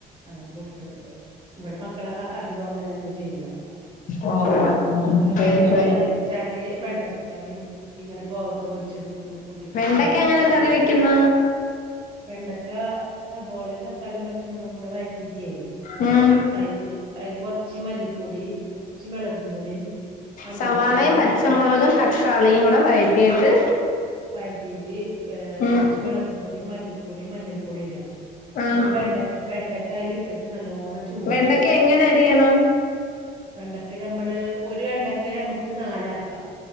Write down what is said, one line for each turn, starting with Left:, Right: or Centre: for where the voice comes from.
Right: അങ്ങനെ കൊടുത്തോക്ക് ഇവിടെ മക്കളൊക്കെ അധികം അങ്ങനെ തന്നെ ചെയ്യാ
Left: ഉം
Right: അതുപോലെ
Left: ഫൈൻ
Right: വെണ്ടക്ക
Left: ഫൈൻ
Right: കറി വെച്ചാല് വെണ്ടക്ക കറി ഇങ്ങനെ കോവക്ക പൊരിച്ചതും ഒക്കെ കൂട്ടിട്ട്
Left: വെണ്ടയ്ക്ക
Right: നല്ലോണം
Left: എങ്ങനെ
Right: ചോറുണ്ണും
Left: കറി വെക്കുന്ന
Right: വെണ്ടക്ക സബോളയും തക്കാളിയും പച്ചമൊളകും കൂടെ വഴറ്റീറ്റേ
Left: ഉം
Right: അതില് അതില് കൊറച്ച് മല്ലിപ്പൊടി കുറച്ച് മെളകും പൊടിയും മഞ്ഞൾപ്പൊടിയും
Left: സവാളയും
Right: ഇട്ടിട്ട്
Left: പച്ചമുള
Right: ന
Left: തക്കാളിയും കൂടെ വഴറ്റിയിട്ട്
Right: വഴത്തീറ്റ് ഏഹ്
Left: ഉം
Right: കുറച്ച് മളകും പൊടി മല്ലിപ്പൊടി മഞ്ഞൾപ്പൊടി ഇട
Left: ആഹ്
Right: എന്നിട്ട് വെണ്ട വെണ്ടക്ക അതിൽ ഇട്ടിട്ട് നല്ലോണം ചൂടാക്കുക
Left: വെണ്ടയ്ക്ക എങ്ങനെ അരിയണം
Right: വെണ്ടക്ക നമ്മള് ഒരു വെണ്ടക്ക നമ്മുക്ക് നാലാക്കാം